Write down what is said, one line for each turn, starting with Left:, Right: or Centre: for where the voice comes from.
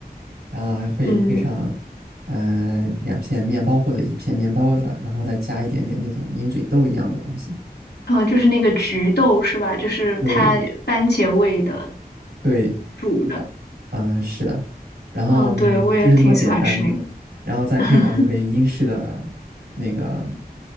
Right: 然后还会配上
Left: 嗯，
Right: 呃两片面包或者一片面包软，然后再加一点点那种鹰嘴豆一样的东西。
Left: 呃，就是那个菊豆是吧？就是它番茄味的
Right: 对对，
Left: 煮的。
Right: 然嗯是的，然后就是这么简单，
Left: 嗯，对，我也挺喜欢吃那个
Right: 然后再配上一杯英式的那个。
Left: <laughs>